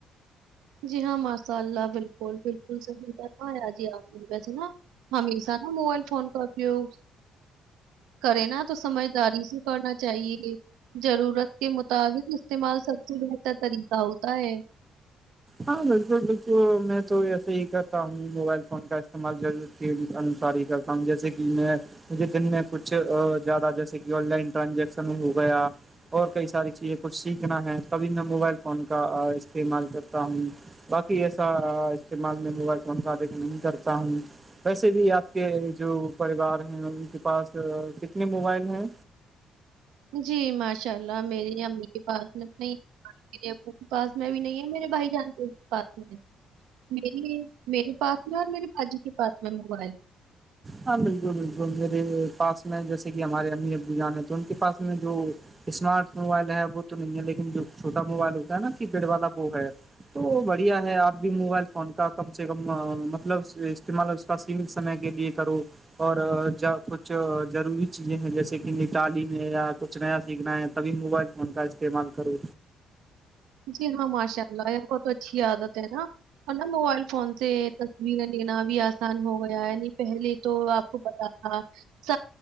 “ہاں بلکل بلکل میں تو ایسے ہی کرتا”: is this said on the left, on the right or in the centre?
Right